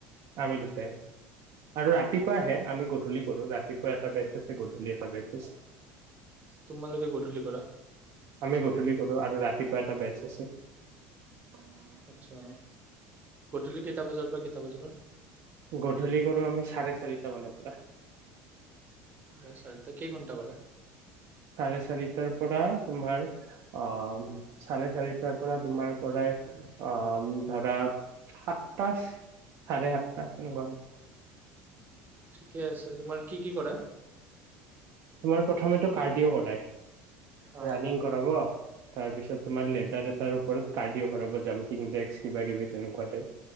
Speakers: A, on the right (about 55°); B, on the right (about 30°).
A: আমি দোতাই আৰু ৰাতিপুৱাইহে আমি গধূলি কৰো ৰাতি ৰাতিপুৱা এটা বেচ আছে গধূলি এটা বেচ আছে
B: তোমালোকে গধূলি কৰা
A: আমি গধূলি কৰোঁ আৰু ৰাতিপুৱা এটা বেচ আছে উম
B: আচছা গধূলি কেইটা বজাৰ পৰা কেইটা বজালৈ
A: গধূলি কৰো আমি চাৰে চাৰিটা মানৰ পৰা
B: চ চ ত কি কটা কৰে
A: চাৰে চাৰিটাৰ পৰা তোমাৰ আহ চাৰে চাৰিটাৰ পৰা তোমাৰ কৰাই আহ ধৰা সাতটা চাৰে সাতটা তেনেকুৱা
B: ঠিকে আছে তোমাৰ কি কি কৰে
A: তোমাৰ প্ৰথমেতো কাৰ্ডিঅ' কৰাই
B: অ
A: ৰানিং কৰাব তাৰপিছত তোমাৰ লেডাৰ এটাৰ ওপৰত কাৰ্ডিঅ' কৰাব জাম্পিং জেক্ কিবা কিবি তেনেকুৱা টাইপ